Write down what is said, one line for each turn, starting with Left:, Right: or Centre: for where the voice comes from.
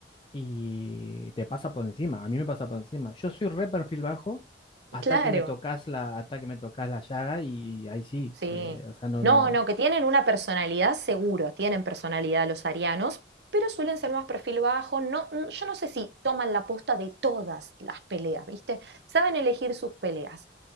Left: y te pasa por encima, a mí me pasa por encima. Yo soy re perfil bajo hasta
Right: claro.
Left: que me tocas la, hasta que me tocas la llaga y ahí sí,
Right: Sí.
Left: eh, o sea, no,
Right: No,
Left: no,
Right: no, que tienen una personalidad seguro, tienen personalidad los arianos, pero suelen ser más perfil bajo. No, mm, yo no sé si toman la posta de todas las peleas, ¿viste? Saben elegir sus peleas.